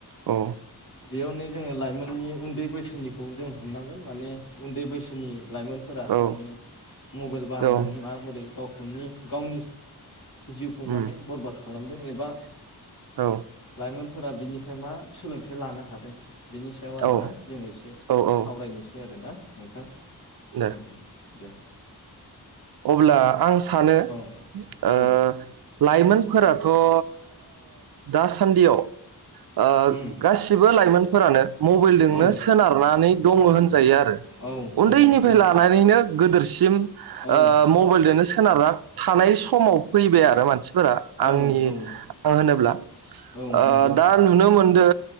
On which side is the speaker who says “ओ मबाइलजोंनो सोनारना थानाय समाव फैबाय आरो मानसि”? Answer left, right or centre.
Right